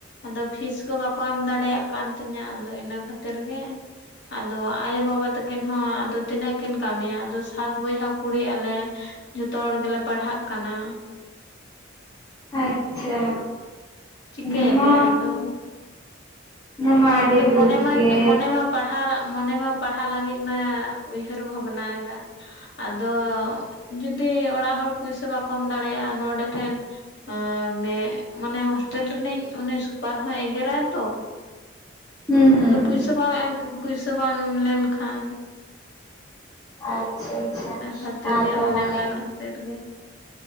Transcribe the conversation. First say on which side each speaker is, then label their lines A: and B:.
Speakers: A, on the left; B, on the left.
A: ᱟᱫᱚ ᱯᱷᱤᱥ ᱠᱚ ᱵᱟᱠᱚ ᱮᱢ ᱫᱟᱲᱮᱭᱟᱜ ᱠᱟᱱ ᱛᱤᱧᱟ ᱟᱫᱚ ᱤᱱᱟᱹ ᱠᱷᱟᱛᱤᱨ ᱜᱮ ᱟᱫᱚ ᱟᱭᱳᱵᱟᱵᱟ ᱛᱟᱠᱤᱱ ᱦᱚᱸ ᱟᱫᱚ ᱛᱤᱱᱟᱹᱜ ᱠᱤᱱ ᱠᱟᱢᱤᱭᱟ ᱟᱫᱚ ᱥᱟᱛ ᱵᱚᱭᱦᱟ ᱠᱩᱲᱤᱜ ᱟᱞᱮ ᱡᱷᱚᱛᱚ ᱦᱚᱲ ᱜᱮᱞᱮ ᱯᱟᱲᱦᱟᱜ ᱠᱟᱱᱟ ᱾
B: ᱟᱪᱪᱷᱟ
A: ᱪᱤᱠᱟᱹᱭᱟᱞᱮ
B: ᱚᱱᱟᱢᱟ
A: ᱟᱫᱚ
B: ᱚᱱᱟᱢᱟ ᱟᱹᱰᱤ
A: ᱟᱫᱚ
B: ᱫᱩᱠ
A: ᱢᱚᱱᱮ ᱢᱟ
B: ᱜᱮᱻ
A: ᱢᱚᱱᱮ ᱢᱟ ᱯᱟᱲᱦᱟᱜ ᱢᱚᱱᱮ ᱢᱟ ᱯᱟᱲᱦᱟ ᱞᱟᱹᱜᱤᱫ ᱢᱟ ᱩᱭᱦᱟᱹᱨ ᱵᱷᱟᱵᱽᱱᱟᱭ ᱫᱟ ᱾ ᱟᱫᱚ ᱡᱩᱫᱤ ᱚᱲᱟᱜ ᱦᱚᱲ ᱯᱩᱭᱥᱟᱹ ᱵᱟᱠᱚ ᱮᱢ ᱫᱟᱲᱮᱭᱟᱜᱼᱟ ᱱᱚᱰᱮ ᱴᱷᱮᱱ ᱮ ᱢᱮᱜ ᱢᱟᱱᱮ ᱦᱳᱥᱴᱮᱞ ᱨᱤᱱᱤᱡ ᱩᱱᱤ ᱥᱩᱯᱟᱨ ᱦᱚᱸᱭ ᱮᱜᱮᱨᱟᱭ ᱛᱚ ᱾
B: ᱦᱩᱸ ᱦᱩᱸ
A: ᱟᱫᱚ ᱯᱩᱭᱥᱟᱹ ᱵᱟᱝ ᱮᱢ ᱯᱩᱭᱥᱟᱹ ᱵᱟᱝ ᱮᱢ ᱞᱮᱱ ᱠᱷᱟᱱ
B: ᱟᱪᱷᱟ ᱟᱪᱷᱟ
A: ᱤᱱᱟᱹ ᱠᱷᱟᱹᱛᱤᱨ
B: ᱟᱫᱚ
A: ᱜᱮ ᱚᱱᱮ
B: ᱢᱟᱱᱮ
A: ᱚᱱᱟ ᱠᱷᱟᱹᱛᱤᱨ ᱜᱮ